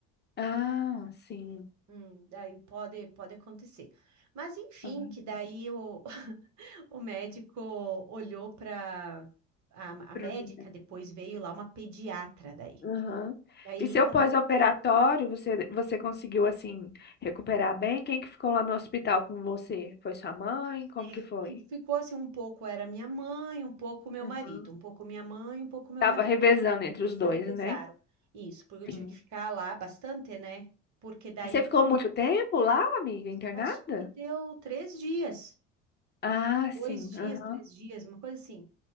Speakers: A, on the left; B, on the right.
A: Ah, sim.
B: Hum, daí pode, pode acontecer. Mas enfim,
A: Ah,
B: que daí o, <laughs> o médico olhou para a, a médica,
A: uhum.
B: depois veio lá uma pediatra daí.
A: Aham.
B: Daí
A: E seu
B: falou,
A: pós-operatório, você, você conseguiu, assim, recuperar bem? Quem que ficou lá no hospital com você? Foi sua mãe? Como
B: é,
A: que foi?
B: e ficou assim um pouco era minha mãe, um pouco meu
A: Uhum.
B: marido, um pouco minha mãe, um pouco meu
A: Tava
B: marido.
A: revezando entre
B: Eles
A: os dois,
B: revezaram.
A: né?
B: Isso, porque eu tive
A: Sim.
B: que ficar lá bastante, né? Porque daí
A: Você
B: o
A: ficou
B: que
A: muito tempo lá, amiga, internada?
B: acho que deu três dias,
A: Ah,
B: dois
A: sim.
B: dias,
A: Aham,
B: três dias, uma coisa assim.